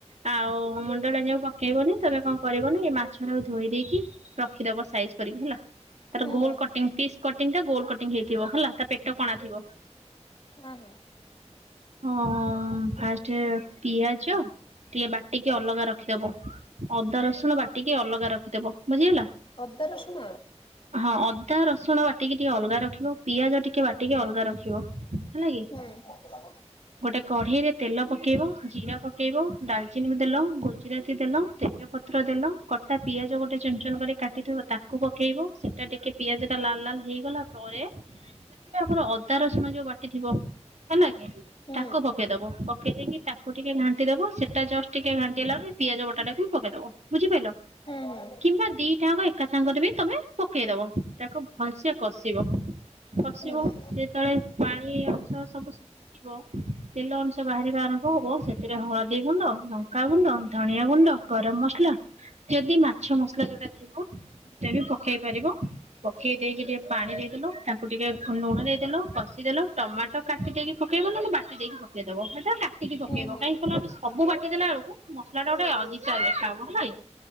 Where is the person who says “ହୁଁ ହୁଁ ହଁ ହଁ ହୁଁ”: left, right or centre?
Left